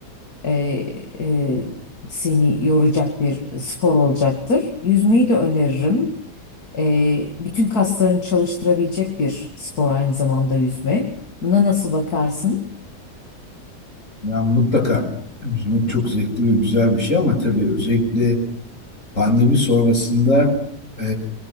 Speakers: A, on the left (about 60°); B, on the left (about 45°).
A: e, e, seni yoracak bir spor olacaktır. Yüzmeyi de öneririm. E, bütün kaslarını çalıştırabilecek bir spor aynı zamanda yüzme. Buna nasıl bakarsın?
B: Ya mutlaka yüzmek çok zevkli ve güzel bir şey ama tabii özellikle pandemi sonrasında e,